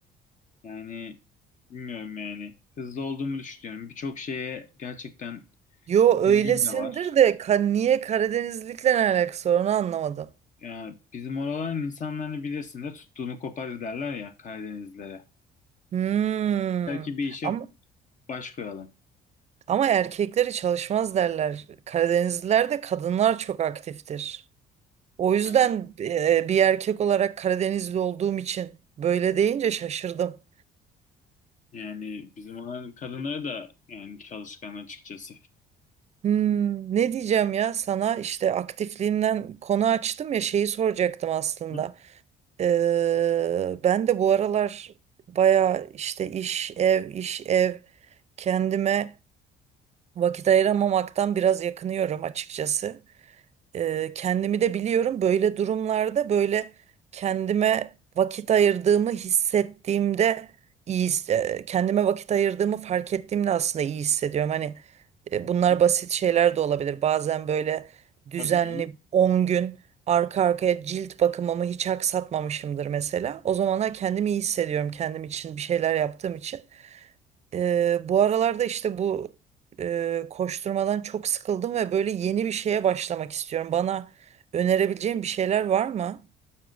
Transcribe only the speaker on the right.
Yo öylesindir
de ka- niye Karadenizlikle ne alakası var onu anlamadım.
Hmm.
Ama
Ama erkekleri çalışmaz derler. Karadenizlilerde kadınlar çok aktiftir. O yüzden
e, bir erkek olarak Karadenizli olduğum için böyle deyince şaşırdım.
Hmm, ne diyeceğim ya sana işte aktifliğinden konu açtım ya şeyi soracaktım aslında.
Ee, ben de bu aralar baya işte iş ev iş ev kendime vakit ayıramamaktan biraz yakınıyorum açıkçası. e, kendimi de biliyorum böyle durumlarda böyle kendime vakit ayırdığımı hissettiğimde iyi his- e, kendime vakit ayırdığımı fark ettiğimde aslında iyi hissediyorum. Hani e,
bunlar
basit şeyler de olabilir. Bazen böyle düzenli
10 gün arka arkaya cilt bakımımı hiç aksatmamışımdır mesela. O zamanlar kendimi iyi hissediyorum kendim için bir şeyler yaptığım için. Eee, bu aralarda işte bu eee, koşturmadan çok sıkıldım ve böyle yeni bir şeye başlamak istiyorum. Bana önerebileceğin bir şeyler var mı?